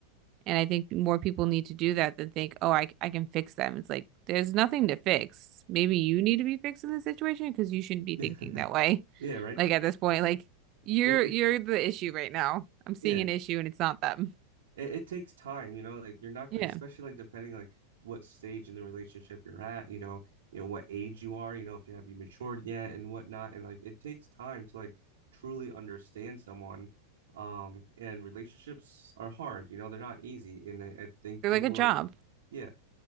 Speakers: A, on the right (about 35°); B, on the right (about 60°).
A: And I think more people need to do that than think, oh, I, I can fix them. It's like, there's nothing to fix. Maybe you need to be fixed in this situation because you shouldn't be thinking
B: <laughs>
A: that way. <laughs>
B: Yeah, right.
A: Like at this point, like you're
B: It, it
A: you're the issue right now. I'm seeing
B: yeah,
A: an issue and it's not them.
B: it, it takes time, you know, like you're not
A: Yeah.
B: gonna, especially like depending like what stage in the relationship you're at, you know, you know, what age you are, you know, if you have you matured yet and whatnot. And like it takes time to like truly understand someone. Um, and relationships are hard, you know, they're not easy. And I, I think
A: They're
B: people
A: like a job.
B: like, yeah,